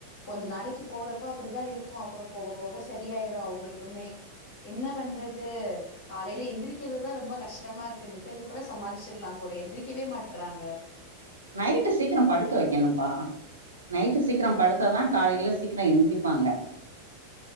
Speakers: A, on the left; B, on the right.
A: கொஞ்ச நாளைக்கு போறப்போ அப்படிதா இருக்கு அப்புறம் போகப் போக சரியாயிரு அவங்களுக்குமே என்ன பண்றது காலைல எந்திரிக்கிறதுதா ரொம்ப கஷ்டமா இருக்கு மித்தது கூட சமாளிச்சிரலாம் போல எந்திரிக்கவே மாட்றாங்க
B: நைட்டு சீக்கிரம் படுக்க வைக்கணும்ப்பா நைட்டு சீக்கிரம் படுத்தாதா காலையில சீக்கிரம் எந்திரிப்பாங்க